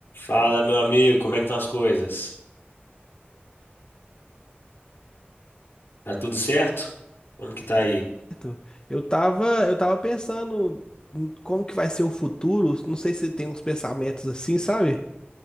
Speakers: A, on the left (about 75°); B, on the left (about 20°).
A: Fala, meu amigo, como é que estão as coisas? Tá tudo certo? Como que tá aí?
B: certo. Eu tava, eu tava pensando em como que vai ser o futuro. Não sei se tem uns pensamentos assim, sabe?